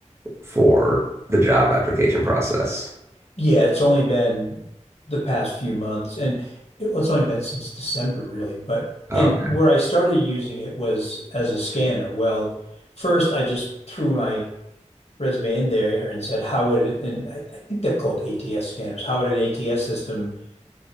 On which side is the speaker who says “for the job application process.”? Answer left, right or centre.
Right